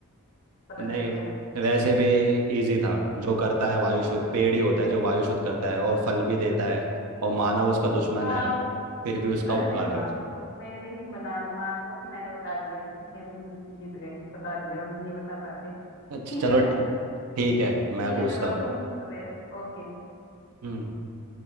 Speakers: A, on the left; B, on the right.
A: पता
B: नहीं
A: चल गया
B: वैसे भी इजी था जो करता है वायु शुद्ध पेड़ ही होता है जो वायु शुद्ध करता है और फल भी देता है और मानव उसका दुश्मन
A: हाँ
B: है
A: वो
B: फिर भी उसका
A: अरे
B: उपकार
A: मेरी
B: करता
A: मान लो
B: है
A: मेरी ही बना मान लो कि मैंने बता दिया इसलिए तुम जीत गए बता दिया वरना नहीं बता पाते ठीक
B: अच्छा चलो
A: है
B: ठी-
A: ना
B: ठीक है मैं
A: ठीक है
B: पूछता
A: चलो
B: हूँ
A: अब तुम पूछो मेरे ओके
B: हम्म,